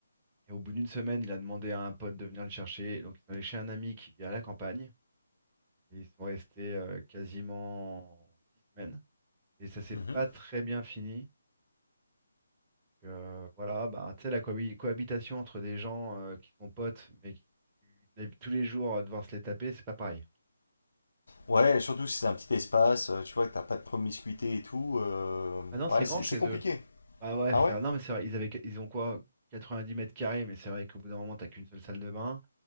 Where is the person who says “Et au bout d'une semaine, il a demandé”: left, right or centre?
Right